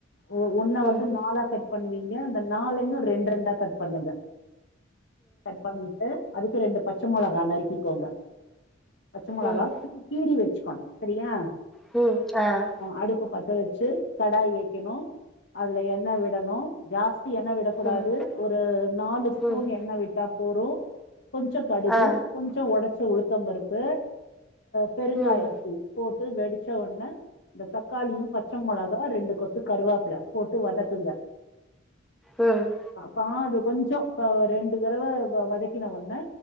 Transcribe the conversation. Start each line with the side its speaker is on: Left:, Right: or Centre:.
Left: ஒ ஒன்ன வந்து
Centre: ம் ம்
Left: நாளா கட் பண்ணுவீங்க அந்த நாளையு ரெண்ட் ரெண்டா கட் பண்ணுங்க கட் பண்ணிட்டு அதுக்கு ரெண்டு பச்ச மொளகா நறுக்கிக்கோங்க பச்ச மொளகா
Centre: ம்
Left: கீறி கீறி வெச்சுக்கணு சரியா
Centre: து ஆ
Left: அடுப்ப பத்த வெச்சு கடாய் வைக்கணு அதுல எண்ணெ விடணு கேஸ் த்தி எண்ணெ விடக்கூடாது
Centre: ம்
Left: ஒரு நாலு ஸ்பூன்
Centre: ம்
Left: எண்ணெ விட்டா போறு கொஞ்சப் கடுகு
Centre: ஆ
Left: கொஞ்சோ வொடச்ச உளுத்தம் பருப்பு பெருங்காயத்தூள்
Centre: ம்
Left: போட்டு வெடிச்ச ஒன்ன இந்த தக்காளியு பச்ச மொளகா ரெண்டு கொத்து கருவோப்புல போட்டு வதக்குங்க
Centre: ம்
Left: பாதி கொஞ்சோ ப ரெண்டு தரவ வதக்கின ஒன்னே